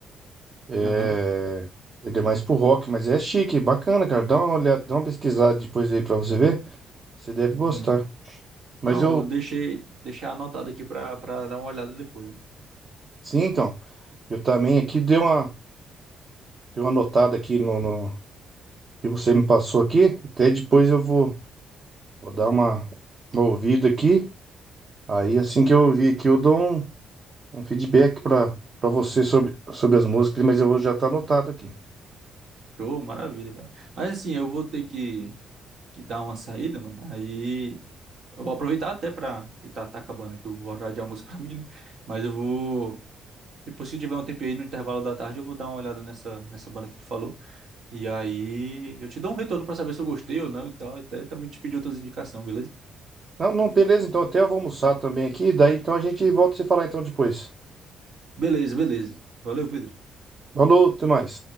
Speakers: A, on the right; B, on the right.
A: É...
B: Aham.
A: Ele é mais pro rock, mas é chique, bacana, cara. Dá uma olhada, dá uma pesquisada depois aí pra você ver. Você deve gostar.
B: Uhum.
A: Mas
B: Não,
A: eu,
B: eu deixei, deixar anotado aqui pra, pra dar uma olhada depois. né?
A: sim, então, eu também aqui dei uma, dei uma notada aqui no, no que você me passou aqui. Até depois eu vou, vou dar uma, uma ouvida aqui. Aí assim que eu ouvir aqui, eu dou um, um feedback pra, pra você sobre, sobre as músicas, mas eu vou já tá anotado aqui.
B: Show, maravilha, cara. Mas assim, eu vou ter que, que dar uma saída, mano. Aí. Eu vou aproveitar até pra. E tá, tá acabando aqui o horário de almoço <laughs> pra mim, né? Mas eu vou. Depois, se tiver um tempo aí no intervalo da tarde, eu vou dar uma olhada nessa, nessa banda que tu falou. E aí eu te dou um retorno pra saber se eu gostei ou não e tal. Até também te pedir outras indicações, beleza?
A: Não, não, beleza, então até eu vou almoçar também aqui, daí então a gente volta a se falar então depois.
B: Beleza, beleza. Valeu, Pedro.
A: Falou, até mais.